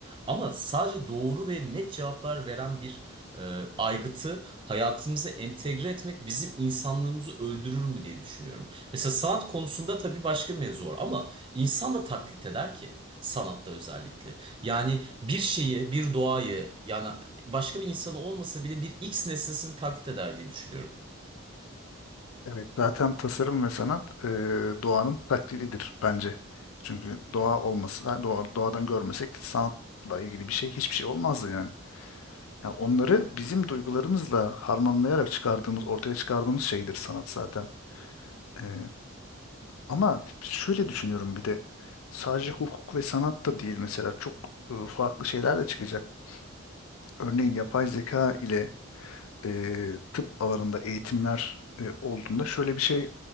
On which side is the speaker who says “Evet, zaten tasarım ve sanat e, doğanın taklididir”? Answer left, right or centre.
Left